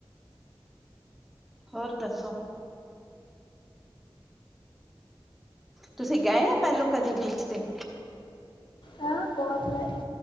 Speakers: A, in the centre; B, on the left.
A: ਹੋਰ ਦੱਸੋ। ਤੁਸੀਂ ਗਏ ਆਂ ਪੈਲੋਂ ਕਦੇ ਬੀਚ ਤੇ
B: ਹਾਂ ਬੋਤ ਵਾਰੀ